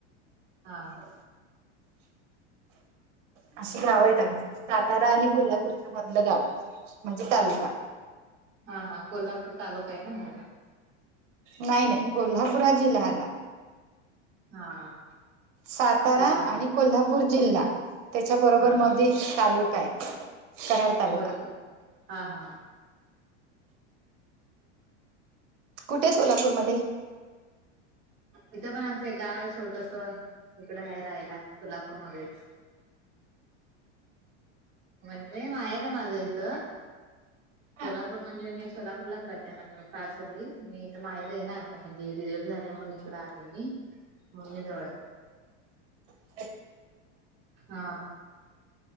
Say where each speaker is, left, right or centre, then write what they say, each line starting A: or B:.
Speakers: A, on the right; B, on the right.
A: हा
B: <inaudible> अशी गाव आहेत आमची सातारा आणि कोल्हापूरच्या मधलं गाव म्हणजे तालुका
A: हा हा कोल्हापूर तालुका आहे ना हो
B: नाही नाही कोल्हापूरा जि्हा हला
A: हा
B: सातारा
A: जिल्हा हा
B: आणि कोल्हापूर नागपूर जिल्हा त्याच्याबरोबर
A: हा हा
B: मध तालुका आहे कराड तालुका
A: होय का हा हा
B: कुठे आहे सोलापूरमध्ये
A: इथे पण आमचं एक गाव आहे छोटस इकड आहे राहायला सोलापूरमध्येच म्हणजे मायरा माझं इथं
B: ह
A: सोलापूर म्हणजे मी सोलापूरलाच राहते माझे सासरी मीथ माहेर आहे ना आता म्हणजे डिलेवर्ह झाल्या म्हणून ककड आले मी मम्मी जवळ आहे.
B: त
A: हा